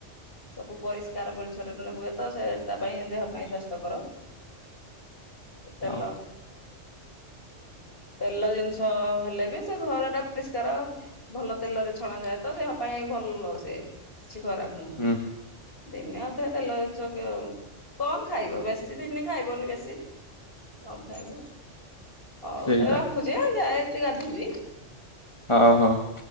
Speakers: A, on the left; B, on the left.
A: ସବୁ ପରିଷ୍କାର ପରିଚ୍ଛନ୍ନ ହୁଏ ତ ସେ ତା ପାଇଁ ଦେହ ପାଇଁ ସ୍ଵାସ୍ଥ୍ୟ କର ତେଲ।
B: ହଁ
A: ତେଲ ଜିନିଷ ହେଲେ ବି ସେ ଘର ଟା ପରିଷ୍କାର ଭଲ ତେଲରେ ଛଣାଯାଏ ତ ଦେହ ପାଇଁ ଭଲ ସେ କିଛି ଖରାପ ନୁହଁ।
B: ହୁଁ।
A: ଦିନେ ଅଧେ ତେଲ ଜିନିଷ କେ କମ୍ ଖାଇବ, ବେଶୀ ଦିନି ଖାଇବନି ବେଶୀ। କମ ଖାଇବ ଆଉ। ହଉ
B: ସେଇଟା
A: ତେବେ ରଖୁଚି ହାଁ ଯାଉଚି ଗାଧେଇବି।
B: ହଉ ହଉ।